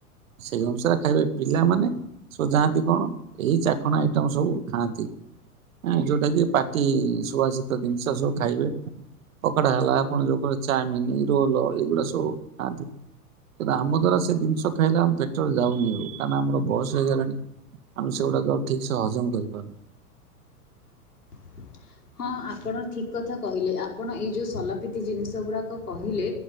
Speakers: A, on the right; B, on the left.
A: ସେଇ ଅନୁସାରେ ଖାଇବେ ପିଲାମାନେ ସବୁ ଯାଆନ୍ତି କଣ ଏଇ ଚାଖଣ ଆଇଟମ ସବୁ ଖାଆନ୍ତି। ଆଁ ଯୋଉଟା କି ପାଟି ସୁବାସିତ ଦିନସ ସବୁ ଖାଇବେ। ପକଡା ହେଲା ଆପଣ ଯୋଉ କଇଲେ ଚାମିନି ରୋଲ ଏଇଗୁଡା ସବୁ ଖାଆନ୍ତି। କିନ୍ତୁ ଆମ ଦ୍ୱାରା ସେ ଦିନସ ଖାଇଲେ ଆମ ପେଟରେ ଯାଉନି କାହିଁକନା ଆମର ବସ ହେଇଗଲାଣି। ଆମେ ସେଇଗୁଡାକ ଆଉ ଠିକ ସେ ହଜମ କରିପାରୁନୁ।
B: <inaudible> ହଁ ଆପଣ ଠିକ କଥା କହିଲେ ଆପଣ ଏଇ ଯୋଉ ସଲାପିତି ଜିନିଷ ଗୁଡାକ କ କହିଲେ